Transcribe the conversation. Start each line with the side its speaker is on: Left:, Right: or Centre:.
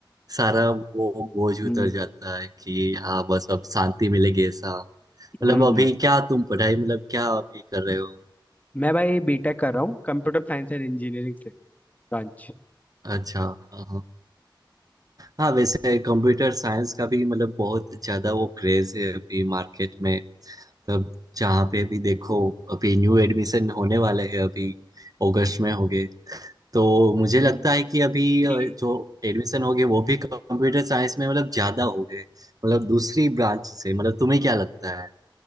Right: सारा वो बोझ
Left: हम्म
Right: उतर जाता है कि हाँ बस अब शांति मिलेगी ऐसा मतलब
Left: हम्म
Right: अभी क्या तुम पढ़ाई मतलब क्या अभी कर रहे हो
Left: मैं भाई बीटेक कर रहा हूँ कंप्यूटर साइंस एंड इंजीनियरिंग से ब्रांच
Right: अच्छा हाँ, हाँ। हाँ वैसे कंप्यूटर साइंस का भी मतलब बहुत ज्यादा वो क्रेज है अभी मार्केट में मतलब जहाँ पे भी देखो अभी न्यू एडमिशन होने वाले हैं अभी अगस्त में होंगे तो मुझे
Left: हम्म
Right: लगता है कि अभी
Left: ठीक।
Right: अ, जो एडमिशन होंगे वो भी कंप्यूटर साइंस में मतलब ज्यादा होंगे मतलब दूसरी ब्रांच से मतलब तुम्हें क्या लगता है